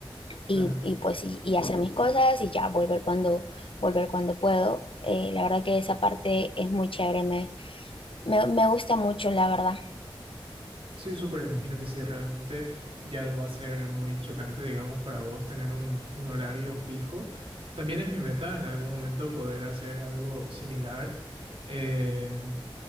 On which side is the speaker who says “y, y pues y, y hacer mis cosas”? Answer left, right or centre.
Left